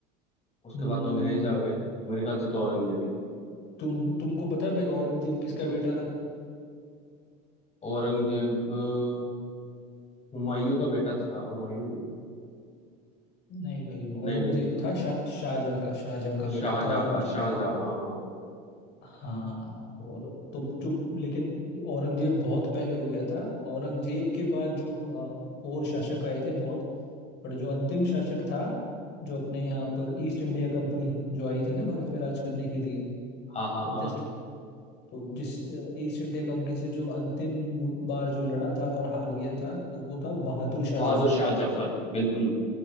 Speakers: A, on the left (about 30°); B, on the left (about 55°).
A: उसके
B: हम्म,
A: बाद तो अंग्रेज आ गए थे मेरे ख्याल से तो औरंगजेब ही था
B: तुम तुमको पता है भाई औरंगजेब किसका बेटा था
A: औरंगजेब अ, हुमायूं का बेटा था हुमायूं
B: नहीं भाई
A: नहीं
B: औरंगजेब
A: नहीं
B: था शाह शाहजहाँ का शाहजहाँ का
A: शाहजहाँ
B: बेटा था औरंगजेब
A: का शाहजहाँ
B: भाई
A: हाँ हाँ
B: हाँ और तो जो लेकिन औरंगजेब बहुत पहले हो गया था औरंगजेब के बाद जो अ, और शासक आए थे बहुत बट जो अंतिम शासक था जो अपने यहाँ पर ईस्ट इंडिया कंपनी जो आई थी ना भारत में राज करने के लिए
A: हाँ
B: तो
A: हाँ हाँ
B: जस्ट
A: हाँ
B: तो जिस अ, ईस्ट इंडिया कंपनी से जो अंतिम बार जो लड़ा था और हार गया था तो वो था बहादुर शाह
A: बहादुर
B: जफर
A: शाह जफर बिल्कुल